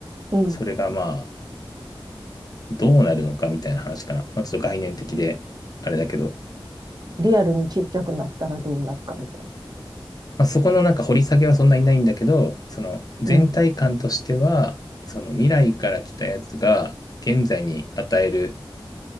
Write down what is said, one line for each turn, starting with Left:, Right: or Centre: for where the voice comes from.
Right: うん。
Left: それがまあ、どうなるのかみたいな話かな。まあ、ちょっと概念的で、あれだけど。
Right: リアルにちっちゃくなったらどうなるかみたいな。
Left: まあ、そこのなんか掘り下げはそんなにないんだけど、その全体感としては、
Right: うん。
Left: その未来から来たやつが現在に与える